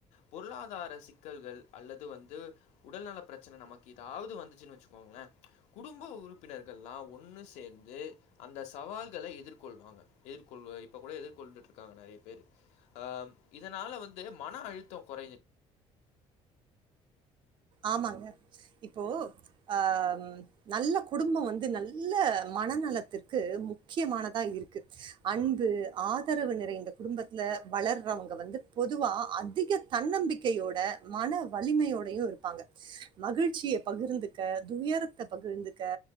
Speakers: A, on the left; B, on the right.
A: பொருளாதார சிக்கல்கள் அல்லது வந்து உடல்நலப் பிரச்சனை நமக்கு ஏதாவது வந்துச்சுனு வச்சிக்கோங்களேன் குடும்ப உறுப்பினர்கள்லாம் ஒன்னு சேர்ந்து அந்த சவால்களை எதிர்கொள்வாங்க எதிர்கொள்வ இப்பகூட எதிர் கொண்டுட்டு இருக்காங்க நிறைய பேர் அஹ் இதனால வந்து மன அழுத்தம் குறையுது
B: ஆமாங்க இப்போ அஹ் நல்ல குடும்பம் வந்து நல்ல மனநலத்திற்கு முக்கியமானதா இருக்கு அன்பு ஆதரவு நிறைந்த குடும்பத்துல வளர்றவங்க வந்து பொதுவா அதிக தன்னம்பிக்கையோட மன வலிமையோடையும் இருக்கு ப்பாங்க மகிழ்ச்சியை பகிர்ந்துக்க துயரத்த பகிர்ந்துக்க